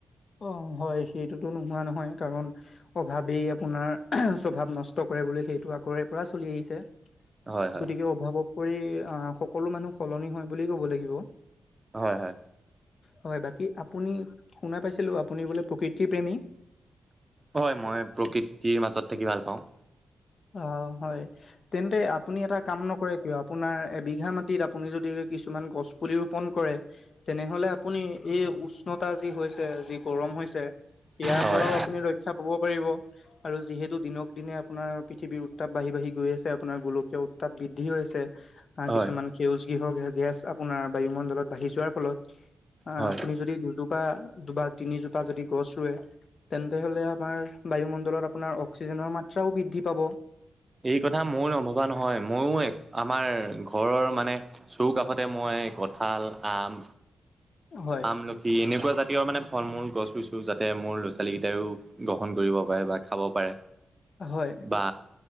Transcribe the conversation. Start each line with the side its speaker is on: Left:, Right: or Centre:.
Left: অ, হয় সেইটোতো নোহোৱা নহয় কাৰণ। অভাৱেই আপোনাৰ স্বভাৱ নষ্ট কৰে বুলি সেইটো আগৰে পৰা চলি আহিছে।
Right: হয় হয়
Left: গতিকে অভাৱত পৰি আহ সকলো মানুহ সলনি হয় বুলি ক'ব লাগিব।
Right: হয় হয়।
Left: হয় বাকী আপুনি শুনা পাইছিলো আপুনি বোলে প্ৰকৃতি প্ৰেমী।
Right: হয় মই প্ৰকৃতিৰ মাজত থাকি ভাল পাওঁ।
Left: অ, হয় তেন্তে আপুনি এটা কাম নকৰে কিয় আপোনাৰ এবিঘামান। আপুনি যদি কিছুমান গছপুলি ৰোপন কৰে তেনেহলে আপুনি এই উচ্ছ। উষ্ণতা যি হৈছে যি গৰম হৈছে ইয়াৰ
Right: হয়
Left: পৰাও আপুনি ৰক্ষা। পাব পাৰিব আৰু যিহেতু দিনক দিনে আপোনাৰ। পৃথিৱীৰ উত্তাপ বাঢ়ি বাঢ়ি গৈ আছে আপোনাৰ গোলকীয় উত্তাপ বৃদ্ধি হৈ আছে আহ,
Right: হয়
Left: কিছুমান। সেউজ গৃহ গেছ আপোনাৰ বায়ুমণ্ডলত বাঢ়ি যোৱাৰ ফলত, আহ
Right: হয়
Left: আপুনি যদি দুজোপা দুবা তিনিজোপা যদি গছ ৰুৱে তেন্তে হ'লে আমাৰ বায়ুমণ্ডলত আপোনাৰ অক্সিজেনৰ মাত্ৰাও বৃদ্ধি পাব।
Right: এই কথা মইও নভবা নহয়। ময়ো এক আমাৰ ঘৰৰ মানে চৌ কাষতে মই কঁঠাল, আম
Left: <inaudible>
Right: আমলখী এনেকুৱা জাতীয় মানে ফল মুল গছ ৰুইছো যাতে মোৰ ল'ৰা-ছোৱালীকেইটাও গ্ৰহণ কৰিব পাৰে বা খাব পাৰে।
Left: হয়।
Right: বা